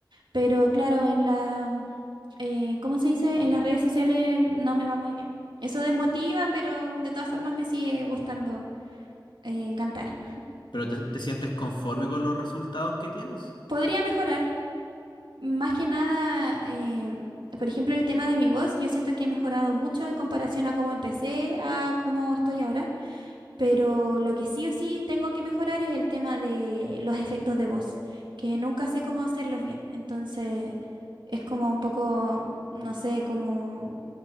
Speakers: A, on the right; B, on the left.
A: Pero claro, en la, eh, ¿cómo se dice? En las redes sociales no me va muy bien. Eso desmotiva, pero de todas formas me sigue gustando eh, cantar.
B: ¿Pero te, te sientes conforme con los resultados que tienes?
A: Podría mejorar, más que nada, eh, por ejemplo, el tema de mi voz. Yo siento que he mejorado mucho en comparación a cómo empecé, a cómo estoy ahora. Pero lo que sí o sí tengo que mejorar es el tema de los efectos de voz, que nunca sé cómo hacerlos bien. Entonces es como un poco, no sé, como